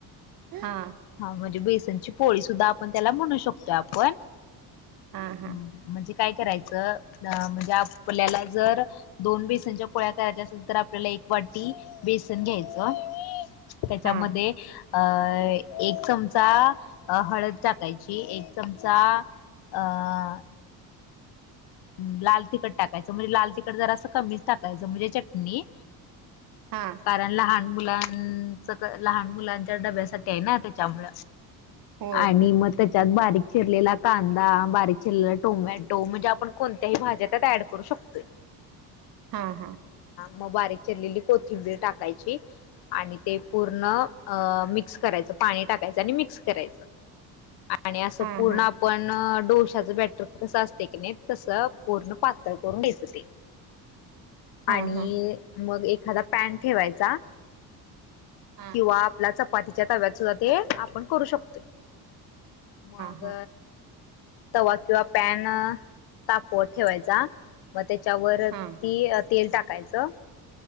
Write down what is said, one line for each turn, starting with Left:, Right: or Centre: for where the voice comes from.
Right: हा
Left: हा म्हणजे बेसनची पोळी सुद्धा आपण त्याला म्हणू शकतो आपण
Right: हा हा
Left: म्हणजे काय करायचं म्हणजे आपल्याला जर दोन बेसनच्या पोळ्या करायच्या असेल तर आपल्याला एक वाटी बेसन घ्यायचं त्याच्यामध्ये
Right: हा
Left: अ एक चमचा हळद टाकायची एक चमचा अं लाल तिखट टाकायचं म्हणजे लाल तिखट जरा असं कमीच टाकायचं म्हणजे चटणी
Right: हा
Left: कारण लहान मुलांच लहान मुलांच्या डब्यासाठी आहे ना त्याच्यामु
Right: होय
Left: आणि
Right: होय
Left: मग त्याच्यात बारीक चिरलेला कांदा बारीक शिरलेला टोमॅटो म्हणजे आपण कोणत्या भाज्या ऍड करू शकतो
Right: हा हा
Left: मग ब रलेली कोथिंबीर टाकायची आणि ते पूर्ण मिक्स करायच पाणी टाका म् कराय आणि असं
Right: हा
Left: पूर्ण
Right: हा
Left: आपण डोशाचं बॅटर कसं असते की नाही तस पूर्ण पातळ करून घ्यायचं ते
Right: हा
Left: आणि
Right: हा
Left: मग एक एखादा पॅन ठेवायचा
Right: हा
Left: किंवा आपला च चपातीच्या तव्यात सुद्धा ते आपण करू शकतोय मग
Right: हा
Left: तवा किंवा पॅन तापवा ठेवायचा मग त्याच्यावर
Right: हा
Left: ती तेल टाकायचं